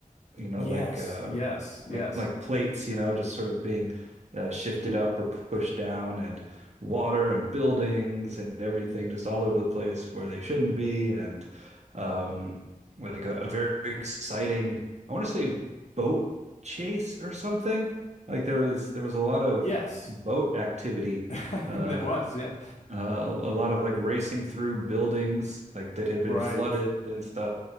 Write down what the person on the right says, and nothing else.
you know,
like uh,
like like plates, you know, just sort of being uh, shifted up or pushed down, and water and buildings and everything just all over the place where they shouldn't be, and um, like a, a very exciting, I want to say boat chase or something. Like there was there was a lot of
boat activity
uh,
uh, a lot of like racing through buildings like that had
been flooded and stuff.